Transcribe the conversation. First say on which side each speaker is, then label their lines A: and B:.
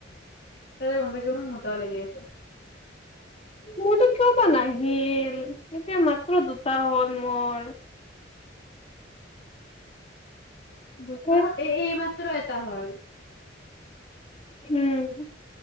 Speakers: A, on the left (about 60°); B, on the left (about 35°).
A: তাতে গম পাইছো মোৰ মোটাও লাগি আছে
B: মোৰতো কিয় বা নাহিল এতিয়া মাত্ৰ দুটা হ'ল মোৰ
A: দুটা
B: উম
A: এ এইব পাত্ৰ এটা হল।
B: উম।